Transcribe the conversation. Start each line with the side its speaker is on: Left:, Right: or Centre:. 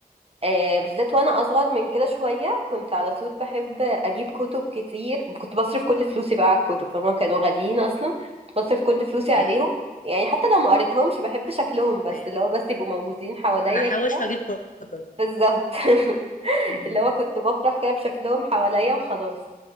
Right: آه، بالذات وانا اصغر من كده شويه كنت على طول بحب اجيب كتب كتير كنت بصرف كل فلوسي بقى على الكتب فهم كانوا غاليين اصلا كنت بصرف كل فلوسي
Left: ايه
Right: عليهم يعني حتى لو ما قريتهمش بحب شكلهم بس
Left: أيوة.
Right: اللي هو بس يبقوا موجودين حواليا
Left: انا هحوش
Right: كده
Left: واجيب كتب
Right: بالظبط <laughs>
Left: أيوة.
Right: اللي هو كنت بفرح كده بشكلهم حواليا وخلاص